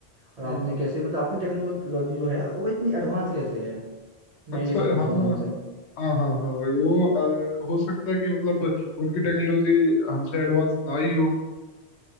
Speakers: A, on the right; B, on the left.
A: और
B: हम्म
A: आपने कैसे मतलब आपकी टेक्नोलॉजी जो है वो इतनी एडवांस कैसे है मैं
B: अच्छा
A: ये सब पूछूंगा
B: हाँ
A: उनसे
B: हाँ हाँ हाँ वो अ, हो सकता है कि मतलब उनकी टेक्नोलॉजी हमसे एडवांस ना ही हो